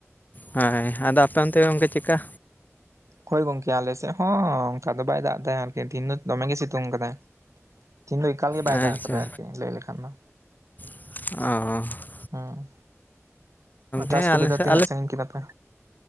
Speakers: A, on the left; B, on the right.
A: ᱦᱚᱭ ᱟᱫᱚ ᱟᱯᱮ ᱚᱱᱛᱮ ᱜᱚᱝᱠᱮ ᱪᱮᱫᱠᱟ?
B: ᱠᱽᱳᱭ ᱜᱚᱝᱠᱮ ᱟᱞᱮ ᱥᱮᱜ ᱦᱚᱸ ᱚᱝᱠᱟ ᱫᱚ ᱵᱟᱭ ᱫᱟᱜ ᱫᱟᱭ ᱦᱟᱞᱠᱮ ᱫᱽᱤᱱ ᱫᱚ ᱫᱚᱢᱮ ᱜᱮ ᱥᱤᱛᱩᱝ ᱟᱠᱟᱫᱟᱭ ᱾ ᱛᱤᱱ ᱫᱚ ᱮᱠᱟᱞ ᱜᱮ ᱵᱟᱭ
A: ᱟᱪᱪᱷᱟ
B: ᱫᱟᱜ ᱠᱟᱫᱟᱭ ᱟᱨᱠᱤ ᱞᱟᱹᱭ ᱞᱮᱠᱷᱟᱱ ᱫᱚ,
A: ᱚᱸ ᱾
B: ᱦᱮᱸ ᱟᱨ
A: ᱦᱮᱸ
B: ᱪᱟᱥ ᱠᱚᱵᱤᱫᱷᱟ
A: ᱟᱞᱮ ᱥᱮᱫ
B: ᱛᱤᱱᱟᱹᱜ ᱥᱟᱺᱜᱤᱧ ᱠᱮᱫᱟᱯᱮ?